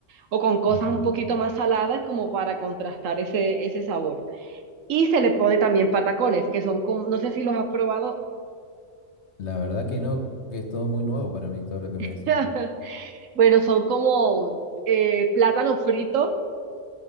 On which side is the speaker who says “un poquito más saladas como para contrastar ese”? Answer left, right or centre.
Right